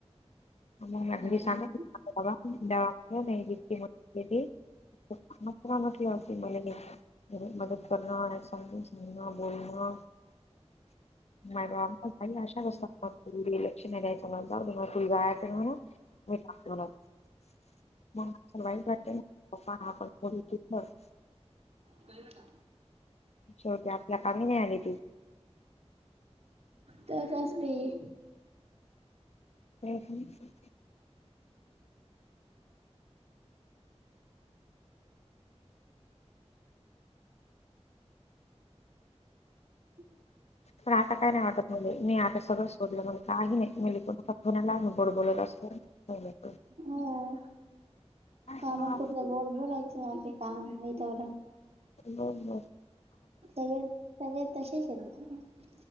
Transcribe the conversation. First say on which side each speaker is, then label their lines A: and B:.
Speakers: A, on the left; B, on the right.
A: <unintelligible>
B: हा
A: <unintelligible> बोलन, बोलनं <unintelligible> <unintelligible> मग, तूला वाईट वाटेल. हा कोणी कितपत
B: कळं का?
A: शेवटी आपल्या कामी नाई आली ती.
B: तसचं असतयं.
A: <unintelligible>
B: <inaudible>
A: पण, आता काय नाई वाटत मला मी आता सगळं सोडलं, मला काही नाई मी <unintelligible> कोणाला आम्ही गोड बोलत असतो. पहिल तर,
B: हो, कामापुरत
A: करावं आपण
B: गोड बोलायचं आपलं काम हाय तवरक.
A: नों, नों
B: सगळे, सगळे तसेच हायत.